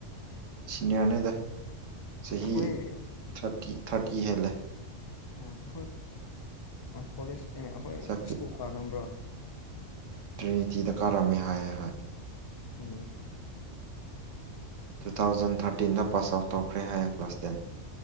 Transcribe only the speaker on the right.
ꯁꯤꯅꯤꯌꯥꯔꯅꯤꯗ ꯆꯍꯤ
ꯊꯥꯔꯇꯤ ꯊꯥꯔꯇꯤ ꯍꯦꯜꯂꯦ
ꯁꯛꯇꯤ
ꯇ꯭ꯔꯤꯅꯤꯇꯤꯗ ꯀꯥꯔꯝꯃꯦ ꯍꯥꯏꯌꯦ ꯍꯥꯏꯣꯏ
ꯇꯨ ꯊꯥꯎꯖꯟ ꯊꯥꯔꯇꯤꯟꯗ ꯄꯥꯁ ꯑꯥꯎꯠ ꯇꯧꯈ꯭ꯔꯦ ꯍꯥꯏꯌꯦ ꯀ꯭ꯂꯥꯁ ꯇꯦꯟ